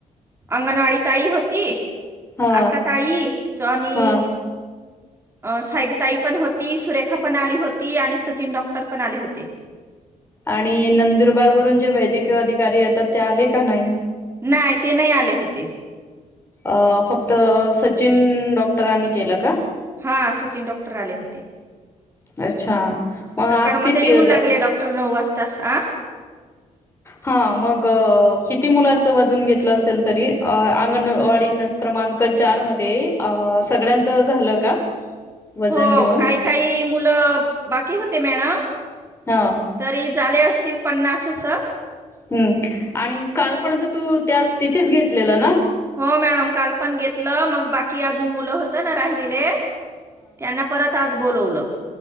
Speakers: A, on the right; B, on the left.
A: अंगणवाडी ताई होती
B: हा
A: आक्का, ताई, सोनी
B: हा
A: साईबीताई पण होती सुरेखा पण आली होती आणि सचिन डॉक्टर पण आले होते
B: आणि नंदुरबार वरून जे वैद्यकीय अधिकारी येतात ते आले का नाही?
A: नाही ते नाही आले होते
B: अ फक्त सचिन डॉक्टरांनी केलं का
A: हा सचिन डॉक्टर आले होते
B: अच्छा मग
A: सकाळमध्ये
B: आज किती
A: येऊन लागले डॉक्ट क्टर नऊ वाजतास आ
B: हा मग किती मुलाचं वजन घेतलं असेल तरी अंगणवाढीन क्रमांक चार मध्ये सगळ्यांचं झालं का वजन
A: हो
B: घेऊन?
A: काही, काही मुलं बाकी होते मॅडम
B: हां
A: तरी झाले असतील पन्नास असं
B: हम् आणि कालपणंत तू त्या तिथेच घेतलेलं ना
A: हो मॅडम काल पण घेतलं मग बाकी अजून मुलं होत ना राहिलेले त्यांना प परत आज बोलवलं